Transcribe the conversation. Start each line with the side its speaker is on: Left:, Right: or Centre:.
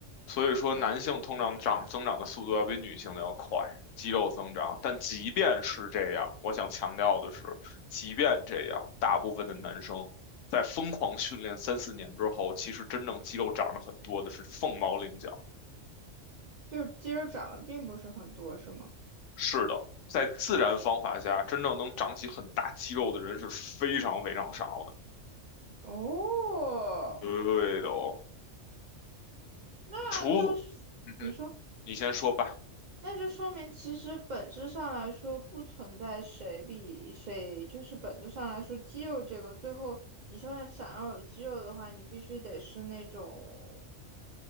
Left: 所以说，
Right: 啊。
Left: 男性通常长增长的速度要比女性的要快，肌肉增长。但即便是这样，我想强调的是，即便这样，大部分的男生在疯狂训练三四年之后，
Right: 嗯。
Left: 其实真正肌肉长得很多的是凤毛麟角。
Right: 就肌肉长得并不是很多，是吗？
Left: 是的，在自然方法下，真正能长起很大肌肉的人是非常非常少的。
Right: 哦，
Left: 对的哦，
Right: 那就是你说，
Left: 除，嗯哼，你先说吧。
Right: 那就说明其实本质上来说不存在谁比谁，就是本质上来说，肌肉这个最后你说想要有肌肉的话，你必须得是那种